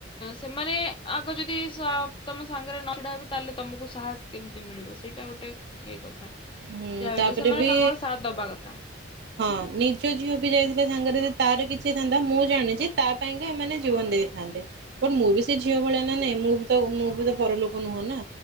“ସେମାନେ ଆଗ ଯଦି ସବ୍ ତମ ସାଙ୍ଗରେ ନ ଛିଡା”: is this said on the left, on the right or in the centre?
Left